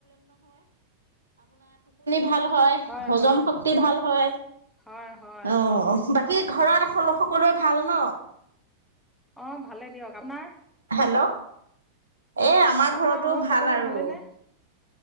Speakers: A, on the right; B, in the centre.
A: ভ
B: হয়,
A: হজম
B: হয়,
A: শক্তি ভাল হয়
B: হয়, হয়,
A: অ বাকী
B: হয়, হয়
A: ঘৰত এ ল। ক ভাল ন।
B: অঁ ভালে দিয়ক। আপোনাৰ?
A: হেল্ল' এ আমাৰ
B: আপোনাৰ
A: ঘৰতো
B: ঘৰৰ
A: ভাল
B: সকলোৱে
A: আৰু
B: ভালেনে